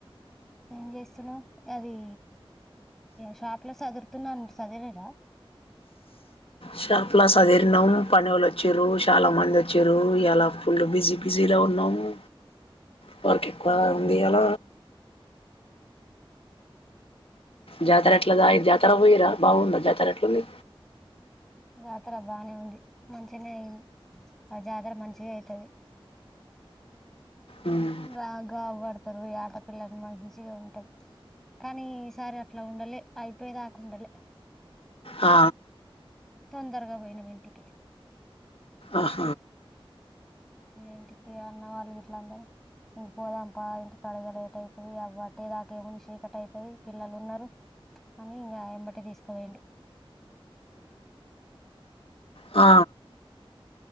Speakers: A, in the centre; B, on the left.
A: ఏం చేస్తున్నావ్ అది షాప్ లో చదురుతున్నాను చదిలేరా
B: షాప్ లా చదిరిినం పని అవల వచ్చారు చాలా మంది వచ్చిరు ఎలా ఫుల్ బిజీ బిజీలో ఉన్నావు వాన్కి పాల్ తియాల జాతర ఎట్లా జాతర పోయిరా బాగుందా జాతర ఎట్ల మీ
A: జాతర బానే ఉంది మంచిగానే అయింది ఆ జాతర మంచిగ అయితది
B: మ్మ్
A: రాగాబడుత్ ఇద్దరు ఈ ఆటపిల్లలకు మంచిగా ఉంటది కానీ ఈసారి అట్లా ఉండలే అయిపోయే దాకుండలే
B: ఆ
A: తొందరగా పోయినం ఇంటికి
B: అహ
A: ఇంటికి అన్న వాళ్ళు గిట్లందరూ ఇంక పోదాంపా ఇంటికి అడిగ లేట్ అవుతుది అబట్టే దాక ఏముంది చీకట్ అవుతుంది పిల్లలు ఉన్నరు అని ఇంగ ఎంబటె తీసుకు పోయిండు
B: ఆ